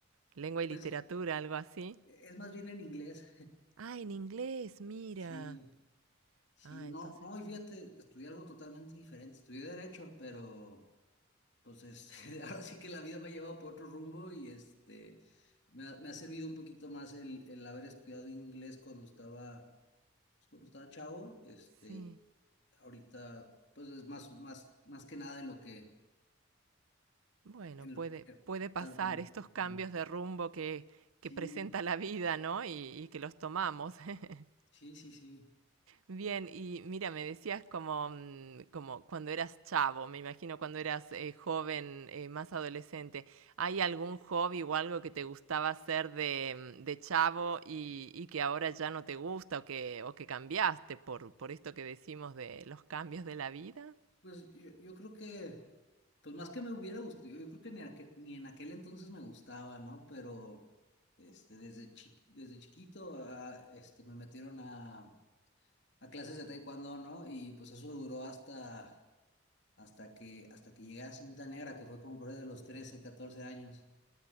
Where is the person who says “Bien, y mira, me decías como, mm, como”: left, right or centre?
Right